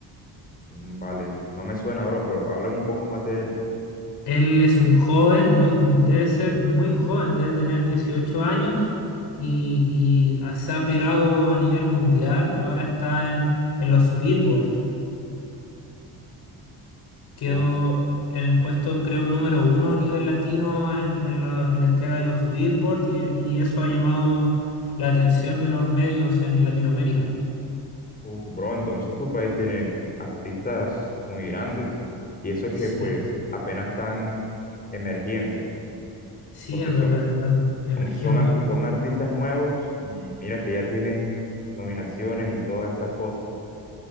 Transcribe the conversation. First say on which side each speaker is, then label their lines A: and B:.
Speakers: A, on the left; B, on the left.
A: Mm, Vale, no me suena, bro, pero háblame un poco más de él.
B: Él es un joven, muy, mm, debe ser muy joven, debe tener 18 años y, y ah, se ha pegado a nivel mundial, ahora está en en los Billboard. Quedó
A: Uf,
B: en el puesto, creo, número uno a nivel latino en, en la, en la entrega de los Billboard y, y eso ha llamado la atención de los medios en Latinoamérica.
A: uf, bro, entonces tu país tiene artistas muy grandes y eso
B: Sí,
A: que pues apenas están emergiendo
B: sí,
A: porque
B: es
A: son,
B: verdad, están emergiendo.
A: son, son, ar- son artistas nuevos y mira que ya tienen nominaciones y todas esas cosas.